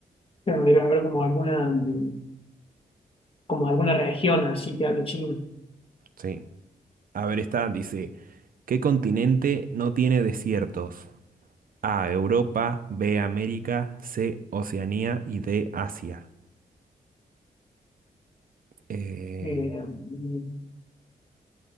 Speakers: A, on the left; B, on the right.
A: pero debe haber como alguna, mm, como alguna región así que hable chino.
B: Sí. A ver, esta dice, ¿qué continente no tiene desiertos? A, Europa, B, América, C, Oceanía y D, Asia. Eh,
A: Eh, mm,